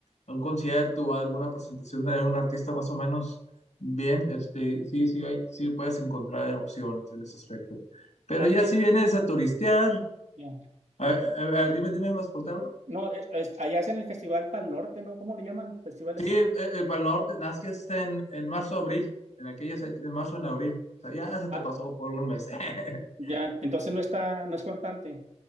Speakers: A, on the left (about 85°); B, on the right (about 85°).
A: un concierto o alguna presentación de algún artista más o menos bien. Este, sí, sí, hay- sí puedes encontrar opciones en ese aspecto. Pero
B: Oye,
A: ya si vienes a turistear,
B: ya.
A: a, a- a ver, dime, dime, ¿vas a preguntar algo?
B: No, eh, es- allá hacen el Festival Pal Norte, ¿no? ¿Cómo le llaman? ¿Festival
A: Sí,
B: ese?
A: eh, eh, para el norte, nada más que está en, en marzo, abril, en aquellas, fech- en marzo, en abril. O sea, ya se
B: Ah,
A: te pasó por un mes. <laughs>
B: ya. Entonces no está, no es constante.